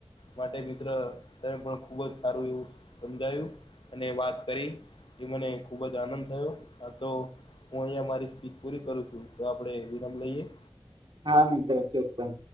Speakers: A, on the left; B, on the right.
A: માટે મિત્ર તમે પણ ખુબ જ સારું એવું સમજાયું અને વાત કરી એ મને ખુબ જ આનંદ થયો તો હું અહિયા મારી સ્પીચ પૂરી કરું છું તો આપડે વિરામ લઈએ
B: હા મિત્ર ચોક્કસ